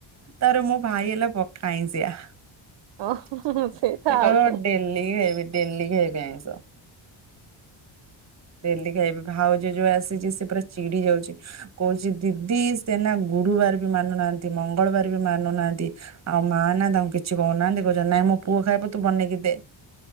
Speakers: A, on the right; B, on the right.
A: ତାର ମୋ ଭାଇ ହେଲା ପକା ଆଇଁଶିଆ
B: ଓହୋ
A: ସେ
B: ଥାଉ
A: କହିବ
B: ଟିକେ
A: ଡେଲି ଖାଇବି ଡେଲି ଖାଇବି ଆଇଁଷ ଡେଲି ଖାଇବି ଭାଉଜ ଯୋଉ ଆସିଛି, ସେ ପୁରା ଚିଡି ଯାଉଛି କହୁଛି ଦିଦି ସେନା ଗୁରୁବାର ବି ମାନୁନାହାନ୍ତି ମଙ୍ଗଳବାର ବି ମାନୁନାହାନ୍ତି ଆଉ ମା ନା ତାଙ୍କୁ କିଛି କହୁନାହାନ୍ତି କହୁଛନ୍ତି। ପୁଅ ଖାଇବ ତୁ ବନେଇକି ଦେ